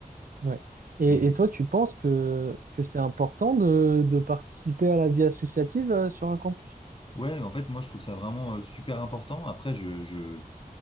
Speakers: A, on the right; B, on the left.
A: ouais. Et,
B: Mais,
A: et toi, tu penses que, que c'est important de, de participer à la vie associative euh, sur un campus?
B: Ouais, mais en fait, moi, je trouve ça vraiment euh, super important. Après, je, je...